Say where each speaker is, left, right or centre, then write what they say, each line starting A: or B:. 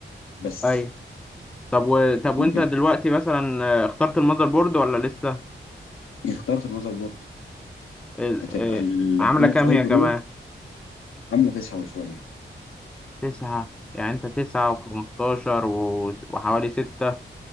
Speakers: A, on the left; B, in the centre.
A: بس
B: اي طب و... طب وانت
A: لكن
B: دلوقتي مثلا آه، اخترت المذر بورد ولا لسه
A: اخترت المذر بورد
B: ال...
A: هتبقى
B: آه،
A: الام
B: عاملة كام
A: اس اي
B: هي
A: برو
B: كمان
A: عامله تسحب شويه
B: تسعة يعني انت تسعة وخمستاشر و... وحوالي ستة